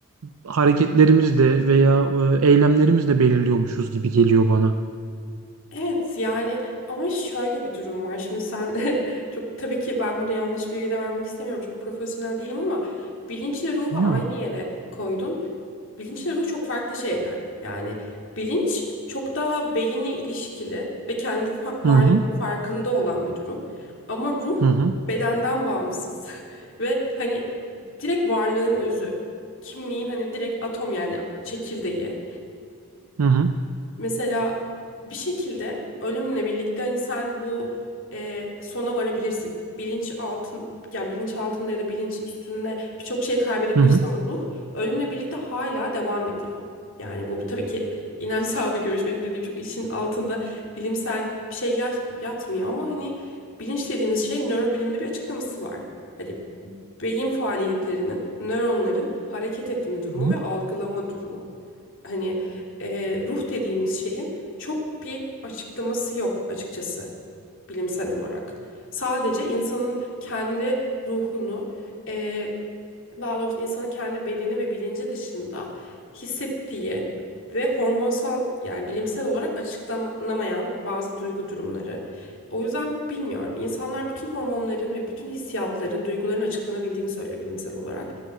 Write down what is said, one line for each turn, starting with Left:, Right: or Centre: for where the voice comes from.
Right: hareketlerimizle veya eee, eylemlerimizle belirliyormuşuz gibi geliyor bana.
Left: Evet yani ama şöyle bir durum var. Şimdi sen <laughs> çok tabii ki ben burada yanlış bilgi de vermek istemiyorum. Çok profesyonel değilim ama bilinçle ruhu
Right: Değil
Left: aynı
Right: mi?
Left: yere koydun. Bilinçle ruh çok farklı şeyler. Yani bilinç çok daha beyinle ilişkili ve kendi fa-
Right: Hı
Left: varlığının
Right: hı,
Left: farkında olan bir durum. Ama ruh
Right: hı hı,
Left: bedenden bağımsız <laughs> ve hani direkt varlığın özü. Kimliğin hani direkt atom yani çekirdeği.
Right: hı hı,
Left: Mesela bir şekilde ölümle birlikte hani sen bu e, sona varabilirsin. Bilinç altın yani bilinç altında ya da bilinç üstünde birçok şey kaybedebilirsin
Right: hı hı.
Left: ama ruh ölümle birlikte hala devam ediyor. Yani bu bir- tabii ki inanç sahibi görüş benim dediğim çok işin altında bilimsel bir şey ya- yatmıyor ama hani bilinç dediğimiz şey nörobilimde bir açıklaması var. Hani beyin faaliyetlerinin, nöronların hareket etme durumu
Right: hı hı.
Left: ve algılama durumu. Hani e, ruh dediğimiz şeyin çok bir açıklaması yok açıkçası bilimsel olarak. Sadece insanın kendi ruhunu e, daha doğrusu insanın kendi bedeni ve bilinci dışında hissettiği ve hormonsal yani bilimsel olarak açıklanamayan bazı duygu durumları. O yüzden bilmiyorum. İnsanlar bütün hormonların ve bütün hissiyatların, duyguların açıklanabildiğini söylüyor bilimsel olarak.